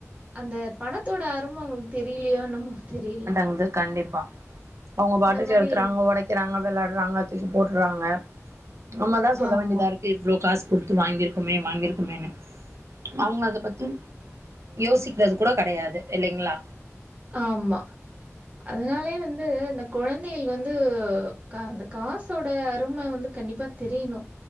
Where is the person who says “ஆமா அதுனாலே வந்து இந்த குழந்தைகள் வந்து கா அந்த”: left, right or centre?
Right